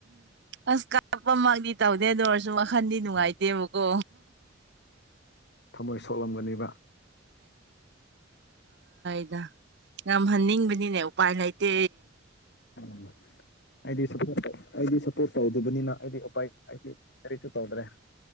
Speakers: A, on the right; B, on the left.
A: ꯑꯁ ꯀꯥꯞꯄꯃꯗꯤ ꯇꯧꯗꯦꯗ ꯑꯣꯏꯔꯁꯨ ꯁ ꯋꯥꯈꯟꯗꯤ ꯅꯨꯡꯉꯥꯏꯇꯦꯕꯀꯣ
B: ꯎꯝ ꯊꯃꯣꯏ ꯁꯣꯛꯂꯝꯒꯅꯤꯕ
A: ꯑꯗ ꯉꯝꯍꯟꯅꯤꯡꯕꯅꯤꯅꯦ ꯎꯄꯥꯏ ꯂꯩꯇꯦ
B: ꯎ ꯑꯩꯗꯤ ꯁꯞꯄꯣꯔꯠ ꯑꯩꯗꯤ ꯁꯞꯄꯣꯔꯠ ꯇꯧꯗꯕꯅꯤꯅ ꯑꯩꯗꯤ ꯎꯄꯥꯏ ꯑꯩꯗꯤ ꯀꯔꯤꯁꯨ ꯇꯧꯗ꯭ꯔꯦ